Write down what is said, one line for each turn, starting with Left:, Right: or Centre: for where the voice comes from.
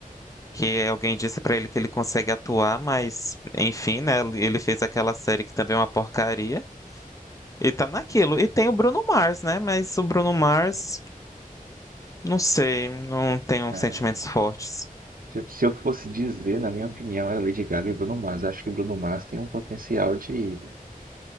Left: que alguém disse pra ele que ele consegue atuar, mas enfim, né? Ele fez aquela série que também é uma porcaria. E tá naquilo. E tem o Bruno Mars, né? Mas o Bruno Mars, não sei, não tenho
Right: É,
Left: sentimentos fortes.
Right: Se, se eu fosse dizer, na minha opinião, era Lady Gaga e Bruno Mars. Acho que Bruno Mars tem um potencial de,